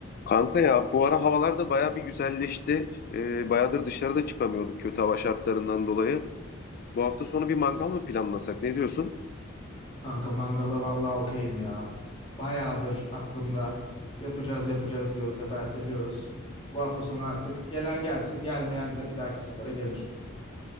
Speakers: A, on the left (about 45°); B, on the left (about 25°).
A: Kanka ya bu ara havalar da baya bir güzelleşti. Ee, bayağıdır dışarıda çıkamıyorduk kötü hava şartlarından dolayı. Bu hafta sonu bir mangal mı planlasak? Ne diyorsun?
B: Kanka mangala vallahi okeyim ya. Bayağıdır aklımda. Yapacağız yapacağız diyoruz hep erteliyoruz. Bu hafta sonu artık gelen gelsin gelmeyen de bir dahaki sefere gelir.